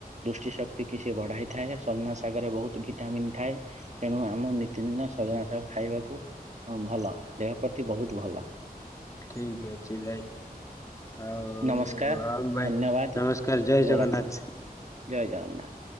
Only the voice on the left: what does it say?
ଠିକ୍ ଅଛି ଭାଇ। ଆଉ
ହଉ ଭାଇ
ନମସ୍କାର୍ ଜୟ
ଜଗନ୍ନାଥ୍।